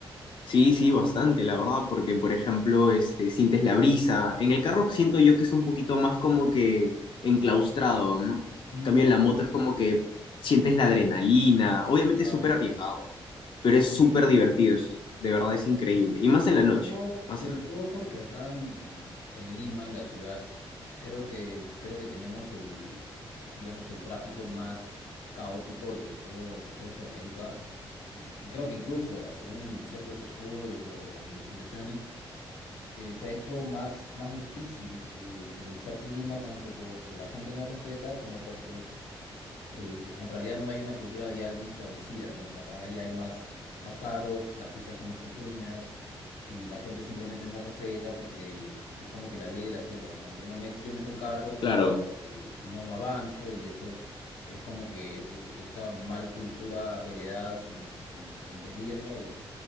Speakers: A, on the left (about 50°); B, on the left (about 80°).
A: Sí, sí, bastante, la verdad, porque por ejemplo, este, sientes la brisa. En el carro siento yo que es un poquito más como que enclaustrado, ¿no?
B: Ujú.
A: En cambio, en la moto es como que sientes la adrenalina. Obviamente
B: Ah,
A: es súper
B: mira.
A: arriesgado, pero es súper
B: Sí, claro.
A: divertido, es- de verdad es increíble. Y más
B: Sobre
A: en la noche,
B: todo,
A: más
B: sobre
A: en la-
B: todo porque acá en, en, en Lima, en la ciudad, creo que, creo que tenemos el, digamos, el tráfico más caótico de todo, de todo Sudamérica. Y, y creo que incluso, según ciertos estudios o o investigaciones, eh, se ha hecho más, más difícil eh, movilizarte en Lima, tanto porque la gente no respeta como porque eh, en realidad no hay una cultura vial bien establecida, ¿no? O sea, cada día hay más, más carros, las pistas son más pequeñas y la gente simplemente no respeta porque es como que la ley de la selva, ¿no? Yo me met- yo meto el carro porque
A: Claro.
B: eh, si no, no avanzo y eso es como que eh, esta mal cultura heredada sin, sin, sin pedirla y